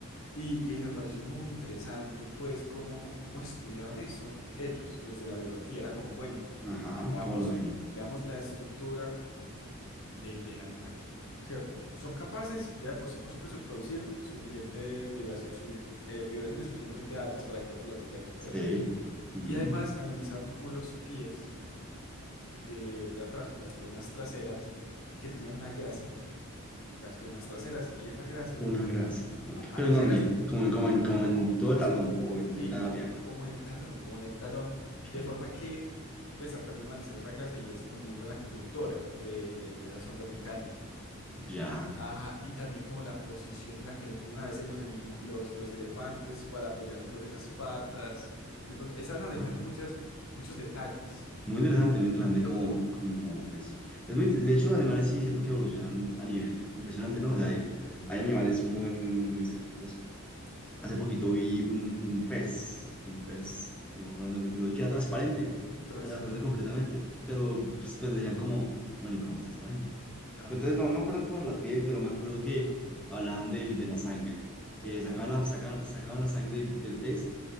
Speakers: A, on the left; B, in the centre.
A: Y, y me pareció muy interesante, pues, cómo, cómo estudiaban eso ellos desde la biología. Era como, bueno,
B: Ajá,
A: veamos,
B: ¿cómo lo ven?
A: veamos la estructura del, del animal, ¿cierto? Son capaces, ya de por sí, por supuesto, de producir suficientes vibraci- sufici- eh, vibraciones suficientemente altas para que otros las detecten, ¿cierto?
B: Sí. Ujú.
A: Y además analizaban como los pies de, de atrás, como las piernas traseras, que tenían una grasita, las piernas traseras, y esa grasita,
B: Una grasa. ok.
A: ajá,
B: ¿Pero
A: y
B: en
A: esa
B: dónde?
A: grasa como,
B: Como en, como en, como
A: como,
B: en todo
A: como
B: el talón
A: si,
B: o en
A: sí,
B: mitad
A: como,
B: de la pierna.
A: como el talón, como en el talón,
B: Ok.
A: de forma que, pues a- también analizaron la grasa y es como muy buena conductora de, de, de esas ondas mecánicas.
B: Ya.
A: Ajá, y también como la posición en la que se ponen a veces los, anim- los, los elefantes para apoyarse sobre esas patas. De pronto, estaban analizando
B: Oh,
A: muchas, muchos detalles.
B: Muy interesante, muy interesante
A: ¿Cierto?
B: como, como eso. Es muy, de hecho, los animales sí siento que evolucionan a nivel impresionante, ¿no? O sea, hay,
A: Sí,
B: hay animales muy, muy, muy, muy excéntricos.
A: exacto.
B: Hace poquito vi un, un pez, un
A: Un pez.
B: pez, no me acuerdo dónde fue que lo vi, que era transparente,
A: Sí, transparente.
B: era transparente completamente. Pero pues, pues, decían como, bueno, ¿y cómo es transparente?
A: Ajá,
B: Pero entonces no, no me acuerdo cómo era la piel, pero me acuerdo que hablaban del, de la sangre,
A: de
B: que
A: la sangre.
B: sacaban la, sacaban, sacaban la sangre del, del pez